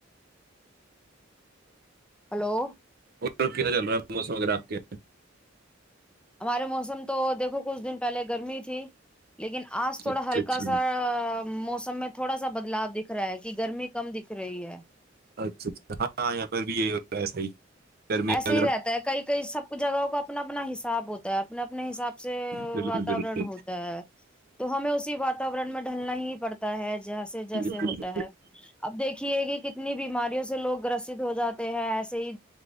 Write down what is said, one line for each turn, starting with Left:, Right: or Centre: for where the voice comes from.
Centre: ہلو
Right: ا کیا چل رہا ہے موسم وغیرہ آپ کے
Centre: سارے موسم تو دیکھو کچھ دن پہلے گرمی تھی لیکن آج تھوڑا
Right: اچھا
Centre: ہلکا
Right: اچھا
Centre: سا موسم میں تھوڑا سا بدلاؤ دکھ رہا ہے کہ گرمی کم دکھ رہی ہے
Right: اچھا اچھا ہاں یہاں پر بھی یہی ہوتاا ہے صحی گرمی
Centre: ایسے
Right: میں اگر
Centre: ہی رہتا ہے کئی کئی سب جگہوں کا اپنا بناے سثابوتہ اپنے اپنے حساب سے
Right: بالکل
Centre: واتورن
Right: بالکل
Centre: ہوتا ہے تو ہمیں اسی واتاورن میں ڈھلنا ہی پڑتا ہے جیسے جیسے
Right: بالکل،
Centre: ہوتا ہے اب دیکھیے کہ کتنی بیماریوں سے لوگ گرست ہو جاتے ہیں ایسے ہی